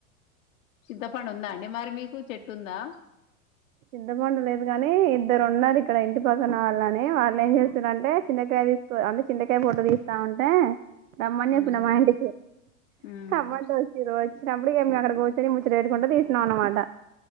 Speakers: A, on the left; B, on the right.
A: సిద్ధపండు ఉందా అండి మరి మీకు చెట్టుందా
B: చిత్తపండులేదు కాని ఇద్దరు ఉన్నారు ఇక్కడ ఇంటి పక్కన వాళ్ళని వాళ్ళు ఏం చేస్తారంటే చింతకాయ తీసుకో అంటే చింతకాయ పూట్ట తీస్తామంటే రమ్మని
A: మ్మ్.
B: చెప్పిన మాఇంటికి
A: మ్మ్.
B: రమ్మంటే వచ్చిళ్ళు వచ్చినప్పుడుక మేము అక్కడ కూర్చని ముచ్చడి వేటుకుంటూ తీసినాం అనమాట